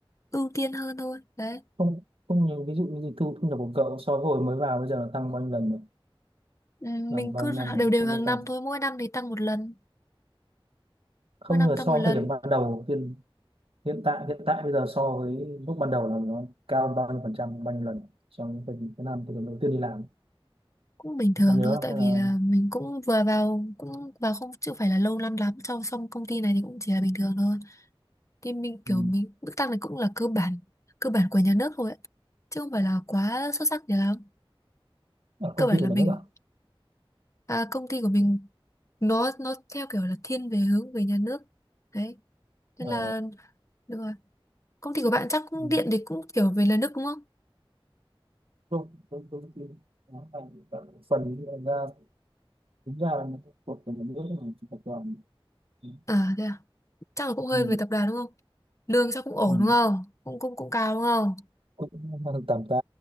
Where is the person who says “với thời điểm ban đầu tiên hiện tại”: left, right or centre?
Right